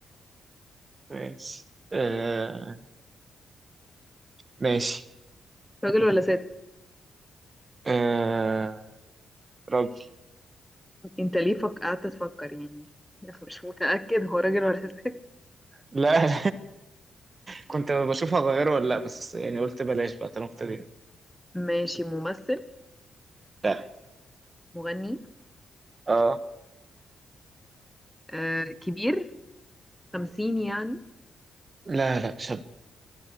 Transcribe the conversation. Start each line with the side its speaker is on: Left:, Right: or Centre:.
Right: <laughs> ماشي آه... ماشي
Centre: راجل ولا ست
Right: آه... راجل
Centre: انت ليه فك... قعدت تفكر يعني <laughs> مش متأكد هو راجل ولا ست
Right: لا <laughs> كنت بشوف هغيره ولا لا بس يعني قلت بلاش بقى طالما ابتدينا
Centre: ماشي ممثل
Right: لا
Centre: مغني
Right: اه
Centre: آه كبير خمسين يعني
Right: لا لا شاب